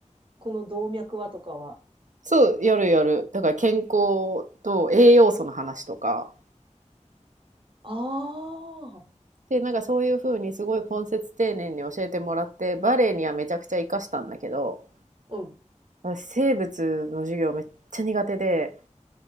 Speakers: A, on the right; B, on the right.
A: この動脈はとかは
B: そうやるやるだから健康と栄養素の話とか
A: ああ、
B: で、なんかそういう風にすごい根節丁寧に教えてもらって、バレエにはめちゃくちゃ活かしたんだけど、
A: うん。
B: 私生物の授業めっちゃ苦手で、